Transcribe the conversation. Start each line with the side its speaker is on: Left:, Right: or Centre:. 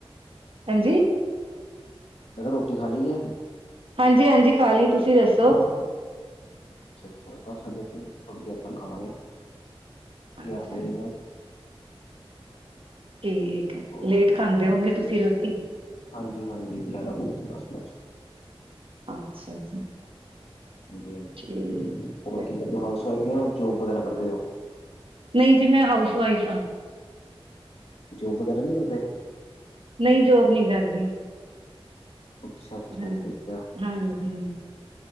Right: ਹਾਂਜੀ।
Left: ਮੈ ਕੇਹਾ ਰੋਟੀ ਖਾ ਲਈ ਐ
Right: ਹਾਂਜੀ -ਹਾਂਜੀ ਖਾ ਲੀ, ਤੁਸੀਂ ਦੱਸੋ
Left: ਅੱਛਾ- ਅੱਛਾ! ਬਸ ਹਜੇ ਨੀਂ, ਥੋੜੀ ਦੇਰ ਤੱਕ ਖਾਵਾਂਗੇ ਗਿਆਰਾਂ
Right: ਅੱਛਾ
Left: ਕੋ ਵਜੇ ਨਾਲ
Right: ਠੀਕ ਹੈ,
Left: ਹੋਰ
Right: ਲੇਟ ਖਾਂਦੇ ਹੋਂਗੇ ਤੁਸੀਂ ਰੋਟੀ
Left: ਹਾਂਜੀ -ਹਾਂਜੀ, ਗਿਆਰਾਂ ਵਜੇ ਦੇ ਆਸ-ਪਾਸ
Right: ਅੱਛਾ ਜੀ!
Left: ਹਾਂਜੀ ਹਾਂਜੀ
Right: ਠੀਕ
Left: ਹੋਰ
Right: ਹੈ,
Left: ਕੀ ਕਰਦੇ ਹੋ, ਹਾਊਸ ਵਾਈਫ ਜਾਂ ਜੋਬ ਵਗੈਰਾ ਕਰਦੇ ਹੋ
Right: ਨਹੀਂ ਜੀ ਮੈਂ ਹਾਊਸ ਵਾਈਫ ਹਾਂ
Left: ਜੋਬ ਵਗੈਰਾ ਨਹੀਂ ਕਰਦੇ
Right: ਨਹੀਂ ਜੋਬ ਨਹੀਂ ਕਰਦੀ
Left: ਅੱਛਾ ਅੱਛਾ
Right: ਹਮ,
Left: ਠੀਕ ਹੈ
Right: ਹਾਂਜੀ।